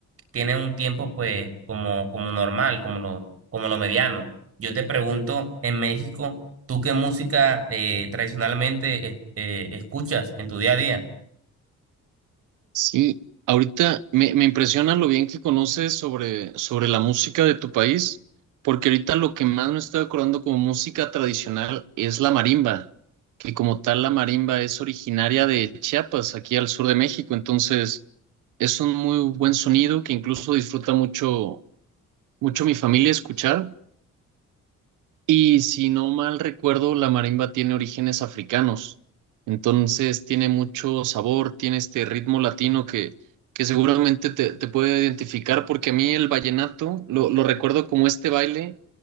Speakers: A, on the right; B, on the right.
A: tienen un tiempo pues como, como normal, como lo, como lo mediano. Yo te pregunto, en México, ¿tú qué música eh, tradicionalmente es- eh, escuchas en tu día a día?
B: Sí, ahorita me, me impresiona lo bien que conoces sobre, sobre la música de tu país, porque ahorita lo que más me estoy acordando como música tradicional es la marimba, que como tal la marimba es originaria de Chiapas, aquí al sur de México, entonces es un muy buen sonido que incluso disfruta mucho, mucho mi familia escuchar. Y si no mal recuerdo, la marimba tiene orígenes africanos. Entonces tiene mucho sabor, tiene este ritmo latino que, que seguramente te, te puede identificar, porque a mí el vallenato lo, lo recuerdo como este baile